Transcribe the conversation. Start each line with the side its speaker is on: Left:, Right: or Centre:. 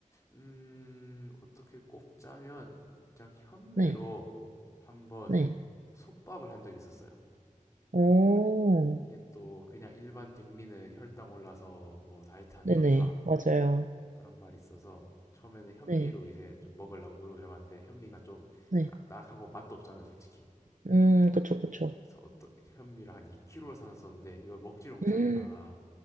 Left: 음, 어떻게 꼽자면 살짝 현미로
Right: 네,
Left: 한번
Right: 네.
Left: 솥밥을 한 적이 있었어요.
Right: 오,
Left: 이게 또 그냥 일반 백미는 혈당 올라서 뭐 다이어트 안
Right: 네네,
Left: 좋다
Right: 맞아요.
Left: 그런 말이 있어서 처음에는 현미로
Right: 네,
Left: 이제 좀 먹으려고 노력을 해봤는데 현미가 좀
Right: 네.
Left: 딱딱하고 맛도 없잖아요, 솔직히.
Right: 음, 그쵸, 그쵸.
Left: 그래서 어떤 현미를 한 2kg를 사놨었는데 이걸 먹지를 못하니까
Right: 음,